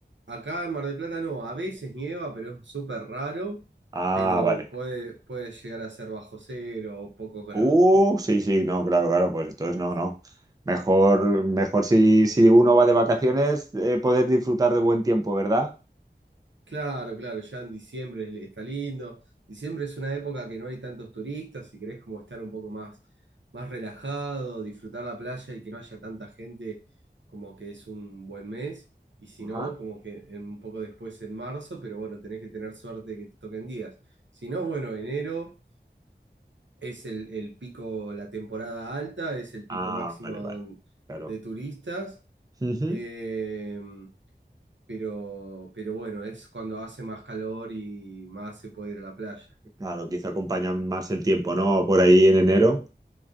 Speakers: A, on the right; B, on the right.
A: Acá en Mar del Plata no, a veces nieva, pero es súper raro,
B: Ah,
A: pero
B: vale.
A: puede, puede llegar a ser bajo cero o pocos grados.
B: Uh, sí, sí, no, claro, claro, pues entonces no,
A: Sí, sí.
B: no. Mejor, mejor si, si uno va de vacaciones, eh, poder disfrutar de buen tiempo, ¿verdad?
A: Claro, claro, ya en diciembre está lindo. Diciembre es una época que no hay tantos turistas, si querés como estar un poco más, más relajado, disfrutar la playa y que no haya tanta gente, como que es un buen mes. Y si
B: Ajá.
A: no, como que en- un poco después en marzo, pero bueno, tenés que tener suerte de que te toquen días. Si no, bueno, enero. es el, el pico, la temporada alta, es el pico
B: Ah,
A: máximo
B: vale, vale,
A: don-
B: claro.
A: de turistas,
B: Ujú.
A: eh, pero, pero bueno, es cuando hace más calor y más se puede ir a la playa.
B: Claro, quizá acompaña más el tiempo, ¿no? Por ahí en enero.